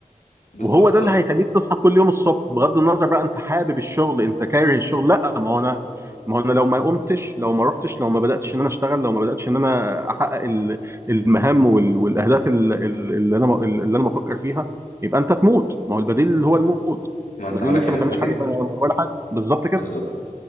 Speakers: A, on the left; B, on the right.
A: بالظبط
B: وهو ده
A: اه
B: اللي هيخليك تصحى كل يوم الصبح بغض النظر بقى انت حابب الشغل انت كاره الشغل لا ما هو انا ما هو انا لو ما قمتش لو ما رحتش لو ما بداتش ان انا اشتغل لو ما بداتش ان انا احقق ال- المهام وال- والاهداف ال- ال- اللي انا اللي انا بفكر فيها يبقى انت تموت ما هو البديل اللي هو الموت
A: ما انت
B: البديل
A: مالكش
B: ان انت
A: لازمه
B: ما تعملش
A: كده
B: حاجه يبقى ولا حاجه بالظبط كده
A: بالظبط